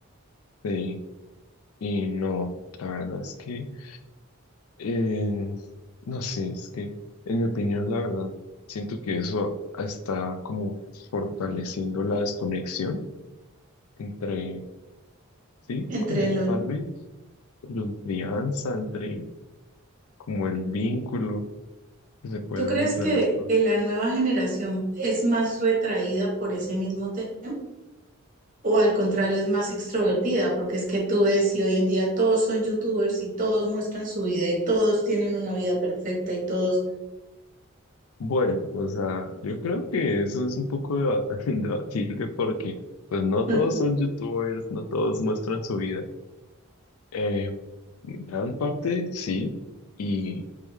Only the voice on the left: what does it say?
Sí, y no, la verdad es que, eh, no sé, es que en mi opinión, la verdad, siento que eso está como fortaleciendo la desconexión entre, sí,
como tal vez la crianza, entre como el vínculo que se puede
dar entre
las familias.
Bueno, o sea, yo creo que eso es un poco deba- <laughs> debatible porque pues no
todos son youtubers, no todos muestran su vida. Eh, gran parte sí, y